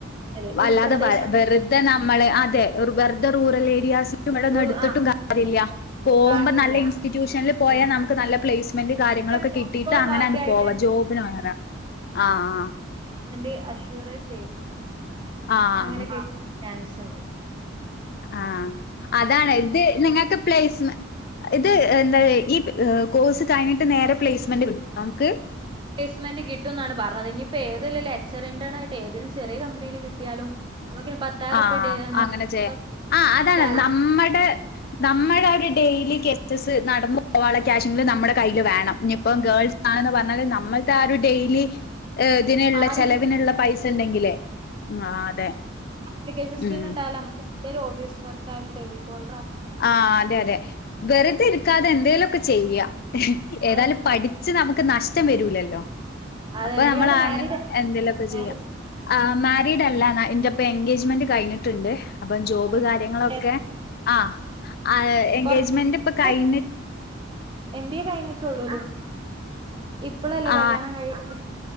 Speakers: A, on the right (about 25°); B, on the left (about 50°).
A: അതെ ഉൾപ്രദേശം
B: അല്ലാതെ വ വെറുതെ നമ്മള് അതെ ഒരു വെറു ദി റൂറൽ ഏരിയസ്. ഇവിടൊന്നും
A: റൂ
B: എടുത്തിട്ടും
A: ആഹ്
B: കാര്യയില്ല, പോകുമ്പോ
A: കാര്യല്ല
B: നല്ല ഇൻസ്റ്റിറ്റ്യൂഷനിൽ പോയാൽ
A: ആഹ്
B: നമുക്ക് നല്ല പ്ലേസ്മെന്റ് കാ
A: പിന്നെ
B: ഒക്കെ
A: കോഴിക്കോട്
B: കിട്ടിയിട്ടാ അങ്ങനെ
A: ഭാഗ്യായിട്ട്
B: അങ് പോവാ
A: തന്നെ
B: ജോബിനാണ് റെ ആഹ്.
A: എന്റെ അഷൂറാ ചെയ്തേക്കണേ,
B: ആഹ്
A: അങ്ങനെ കിട്ടാൻ ചാൻസുണ്ട്.
B: ആ അതാണ് ഇത് നിങ്ങക്ക് പ്ലേസ്മെ ഇത് എന്താ ഈ കോഴ്സ് കഴിഞ്ഞിട്ട് നേരെ പ്ലേസ്മെന്റ് കിട്ടുമോ നമുക്ക്.
A: പ്ലേസ്മെന്റ് കിട്ടും എന്നാണ് പറഞ്ഞത് ഇനിയിപ്പ ഏതെലെക്ചെ റിൻേണ ആയിട്ട് ഏതെലും ചെറിയ കമ്പനിയിൽ കിട്ടിയാലും നമുക്കിനി പത്തായിരം
B: ആ
A: റുപ്യ
B: അങ്ങനെ ചെയ്യാം ആ അതാണ്
A: സ്ഥലം
B: നമ്മടെ നമ്മടവിടെ ഡെയിലി കേസസ് നടന്നു പോകാനുള്ള ക്യാഷെ ങ്കിലും നമ്മുടെ കയ്യിലു വേണം ഇപ്പം ഗേൾസ് ആണെന്ന് പറഞ്ഞാലും നമ്മൾക്കാ ഒരു ഡെയിലി ആ ഇതിനുള്ള
A: ആരും
B: ചെലവിനുള്ള
A: ബുദ്ധിമുട്ടിപ്പിക്കണ്ട
B: പൈസ ഉണ്ടെങ്കിലേ ആ അതെ
A: കമ്മ്യൂണിക്കേഷൻ സ്കിൽ
B: ഉം
A: ഉണ്ടായും നമക്ക് എന്തേലും ഓഫീസ് വർക്കായാലും ലികോൾ
B: ആ അതെ അതെ വെറുതരിക്കാതെ എന്തേലൊക്കെ ചെയ്യാ ഏതായാലും
A: അതത്രേ
B: പഠിച്ചെ
A: ഉള്ളൂ
B: നമുക്ക് നഷ്ടം വരൂ ല്ലല്ലോ
A: അതന്നെ
B: അപ്പ നമ്മളെ
A: ഇയാള് മാരീഡ് ആയിരുന്നോ
B: എന്തേലൊ ക്കെ
A: മാരേജ്
B: ചെയ്യാം
A: കഴിഞ്ഞതാ
B: ആ മാറ്റ വീടല്ല എന്റിപ്പ എൻഗേജ്മെന്റ് കഴിഞ്ഞിട്ടുണ്ട് അപ്പം
A: ഓ
B: ജോബെ
A: എങ്കിൽ
B: കാര്യങ്ങളൊക്കെ
A: എത്ര ഏജ്
B: ആ ആ എങ്ങാമെന്റിപ്പ
A: കൊറച്ച് ആ എം ബി
B: കഴിഞഞ്ഞിട്ട്
A: എ ഒക്കെ എം ബി എ കഴിഞ്ഞിട്ടുള്ളൂ ഇപ്പോഴല്ലേ
B: ആ
A: കല്യാണം കഴിഞ്ഞെ